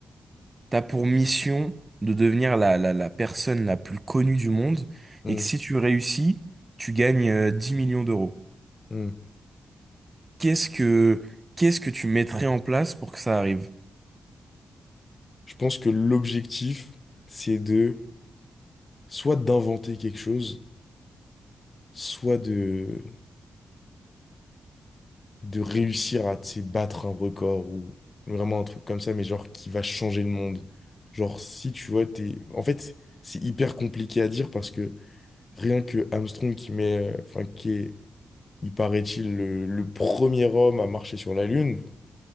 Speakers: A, on the right; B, on the left.
A: t'as pour mission de devenir la, la, la personne la plus connue du monde
B: Mm,
A: et que si tu réussis, tu gagnes euh, 10 millions d'euros.
B: mm.
A: Qu'est-ce que qu'est-ce que tu mettrais en place pour que ça arrive?
B: Je pense que l'objectif, c'est de soit d'inventer quelque chose, soit de, de réussir à, tu sais, battre un record ou vraiment un truc comme ça, mais genre qui va changer le monde. Genre, si tu vois, t'es... En fait, c'est hyper compliqué à dire parce que rien que Armstrong qui met... euh, Enfin, qui est, il paraît-il, le, le premier homme à marcher sur la Lune,